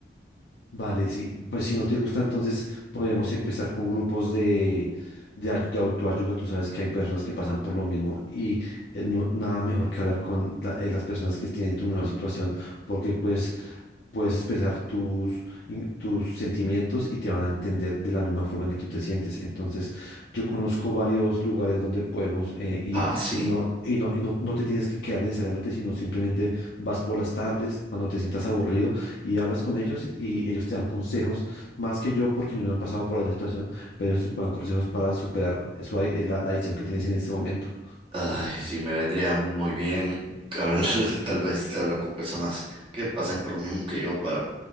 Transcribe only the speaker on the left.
Vale, sí, pues si no te gusta, entonces podemos empezar con grupos de, de, ay- de autoayuda. Tú sabes que hay personas que pasan por lo mismo y eh, no- nada mejor que hablar con la- eh, las personas que tienen tu misma situación, porque pues puedes expresar tus, in- tus sentimientos y te van a entender de la misma forma en que tú te sientes. Entonces, yo conozco varios lugares donde podemos eh, ir
y no, y no, y no, no te tienes que quedar necesariamente, sino simplemente vas por las tardes cuando te sientas aburrido y hablas con ellos y ellos te dan consejos, más que yo, porque yo no he pasado por esa situación, pero ellos te dan consejos para superar eso, ahí, eh, la, la adicción que tienes en este momento.